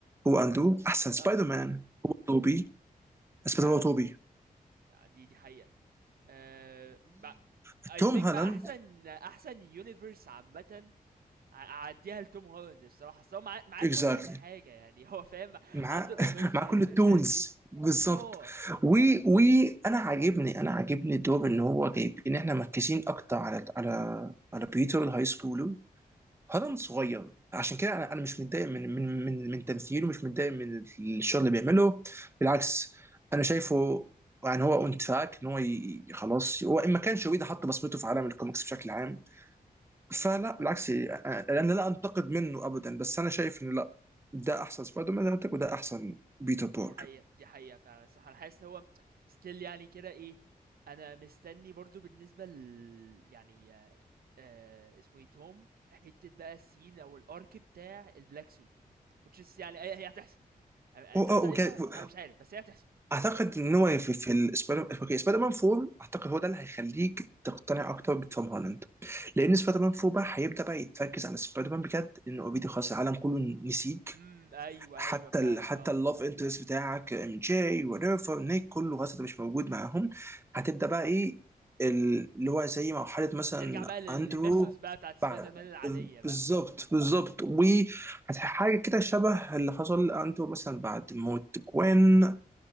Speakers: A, on the right; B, on the right.
A: هو اندرو احسن سبايدر
B: اندرو
A: مان هو توبي سبايدر
B: فعلا
A: مان هو توبي
B: دي دي حقيقة أه...
A: وتوم
B: اي ثينك
A: هالاند
B: بقى احسن احسن يونيفرس عامة ع- اعديها لتوم هولاند الصراحة أصل هو معاه معاه
A: اكزاكتلي
B: كل الحاجة يعني <laughs> هو فاهم
A: مع
B: عنده الافنجرز
A: <laughs> مع كل التولز
B: مش عارف ايه
A: بالظبط
B: <laughs> هو
A: و وانا عاجبني انا عاجبني دور ان هو جايب ان احنا مركزين اكتر على على على بيتر الهاي سكول هالاند صغير عشان كده انا انا مش متضايق من من من من تمثيله مش متضايق من الشغل اللي بيعمله بالعكس انا شايفه يعني هو اون تراك ان هو ي- خلاص هو ان ما كانش ويدا حط بصمته في عالم الكوميكس بشكل عام فلا
B: امم
A: بالعكس يعني انا لا انتقد منه ابدا بس انا شايف انه لا ده احسن سبايدر مان زي ما قلت لك وده احسن بيتر باركر
B: دي حقيقة دي حقيقة فعلًا الصراحة أنا حاسس إن هو still يعني كده إيه، أنا مستني برضه بالنسبة ل يعني آآ اسمه إيه توم حتة بقى الscene أو الarc بتاع الblack suit which is يعني هي هي هتحصل، أ
A: و-
B: هتحصل
A: آه،
B: إمتى؟
A: وجا- و-
B: أنا مش عارف بس هي هتحصل.
A: اعتقد ان هو في في السبايدر اوكي سبايدر مان 4 اعتقد هو ده اللي هيخليك تقتنع اكتر بتوم هولاند لان سبايدر مان 4 بقى هيبدا بقى يتركز على سبايدر مان بجد لان اوريدي خلاص العالم كله نسيك
B: إمم، أيوه،
A: حتى
B: أيوه فعلًا
A: ال حتى
B: آه،
A: اللاف انترست بتاعك ام جي وريفر نيك كله خلاص انت مش موجود معاهم هتبدا
B: إمم،
A: بقى ايه ال- اللي هو زي مرحله مثلا
B: نرجع بقى للMythos
A: اندرو
B: بقى بتاعة spider
A: بعد
B: man العادية بقى،
A: بالظبط بالظبط وحاجه كده شبه اللي حصل لاندرو مثلا بعد موت جوين